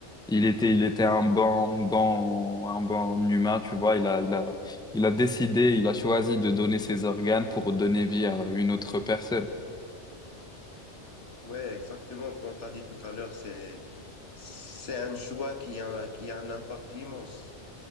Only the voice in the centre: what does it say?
il était il était un bon bon un bon humain, tu vois, il a il a il a décidé, il a choisi de donner ses organes pour donner vie à une autre personne.